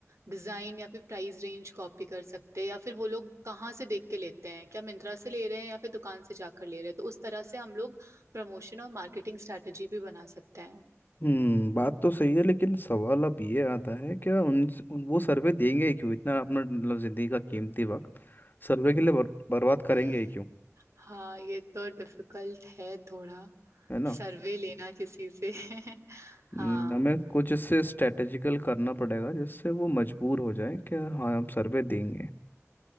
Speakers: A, on the right; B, on the left.
A: डिजाइन या फिर प्राइस रेंज कॉपी कर सकते हैं या फिर वो लोग कहाँ से देख के लेते हैं क्या मिंत्रा से ले रहे हैं या फिर दुकान से जाकर ले रहे हैं तो उस तरह से हम लोग प्रमोशन और मार्केटिंग स्ट्रेटेजी भी बना सकते हैं
B: हम्म बात तो सही है लेकिन सवाल अब ये आता है क्या उन, उन वो सर्वे देंगे ही क्यों इतना अपना मतलब जिंदगी का कीमती वक्त सर्वे के लिए बर, बर्बाद करेंगे
A: <laughs>
B: ही क्यों
A: हाँ ये तो डिफिकल्ट है थोड़ा
B: है ना
A: सर्वे लेना किसी से <laughs>
B: हम्म,
A: हाँ
B: हमें कुछ इससे स्ट्रेटेजिकल करना पड़ेगा जिससे वो मजबूर हो जाए कि हाँ हम सर्वे देंगे